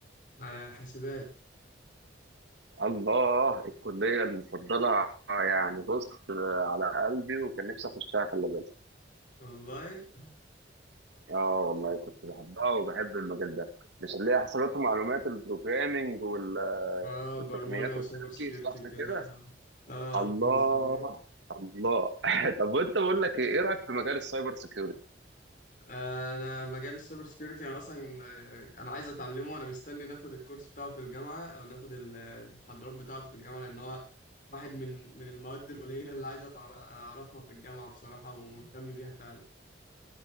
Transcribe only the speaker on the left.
آه، حاسبات
والله
اه
برمجه وسايبر
سكيورتي
وكده
اه اه
مظبوط
آه، انا مجال السايبر سكيورتي انا اصلا آه، انا عايز اتعلمه انا مستني ناخد الكورس بتاعه في الجامعه او ناخد ال- المحاضرات بتاعته في الجامعه لان هو واحد من من المواد القليله اللي عايز أتع- اعرفها في الجامعه بصراحه ومهتم بيها فعلا